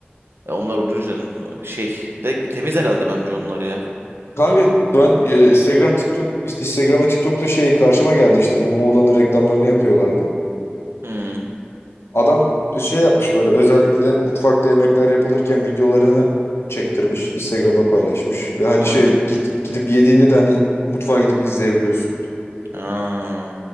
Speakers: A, on the right (about 70°); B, on the left (about 85°).
A: Ee, onlar Ucuzca'nın. Şey, bir de temiz herhalde bence onlar ya. Çok-
B: Kanka ben e, Instagram TikTok Instagram ve TikTok'ta şey karşıma geldi işte bu Muğla'nın reklamlarını yapıyorlardı.
A: Hmm,
B: Adam şey yapmış böyle özellikle mutfakta yemekler yapılırken videolarını çektirmiş, Instagram'da paylaşmış ve hani
A: aynen.
B: şey gidip gidip yediğinde de hani mutfağa gidip izleyebiliyorsun.
A: Ha.